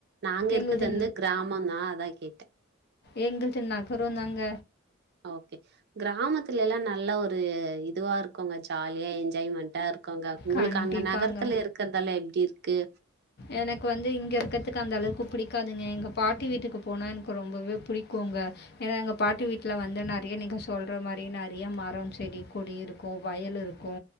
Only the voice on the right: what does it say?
நாங்க இருக்கது
வந்து கிராமந்தா அதா கேட்டே
ஓகே கிராமத்துல எல்லா நல்லா ஒரு இதுவா இருக்குங்க ஜாலியா என்ஜாய்மெண்ட்டா இருக்குங்க உங்களுக்கு
அங்க நகரத்துல இருக்கதால்லா எப்டி இருக்கு